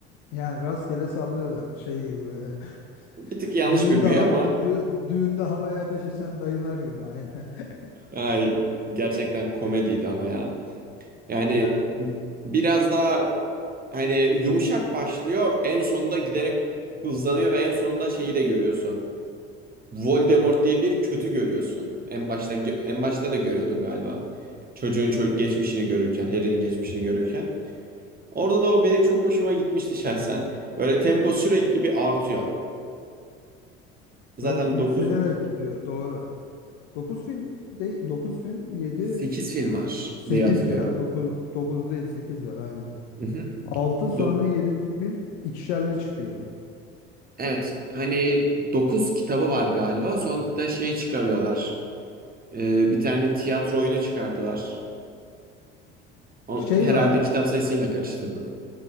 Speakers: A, on the left (about 70°); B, on the right (about 30°).
A: Yani rastgele sallıyorlar şey gibi böyle. <laughs>
B: Bir tık yanlış
A: Düğünde
B: bir büyü
A: ha-
B: ama
A: dü- düğünde havaya ateş eden dayılar gibi aynen. <laughs>
B: ay, gerçekten komediydi ama ya. Yani
A: Yani
B: biraz daha hani yumuşak başlıyor. En sonunda giderek hızlanıyor ve en sonunda şeyi de görüyorsun. Voldemort diye bir kötü görüyorsun. En başta en başta da görüyordun galiba. Çocuğun ço- geçmişini görürken, Harry'nin geçmişini görürken. Orada da o benim çok hoşuma gitmişti şahsen. Böyle tempo sürekli bir artıyor. Zaten
A: böyle yükselerek
B: dokuz
A: gidiyor doğru. 9 film de 9 film 7
B: 8 film var
A: 8
B: diye hatırlıyorum.
A: ya dokuz 9 değil 8 var aynen.
B: Hı hı.
A: altı sonra
B: Do-
A: yedinci film ikişerli çıkıyordu.
B: evet, hani 9 kitabı var galiba. Sonunda şey çıkarıyorlar. Ee, bir tane tiyatro oyunu çıkardılar. O-
A: Şey
B: herhalde
A: vardı
B: kitap sayısıyla karıştırdım.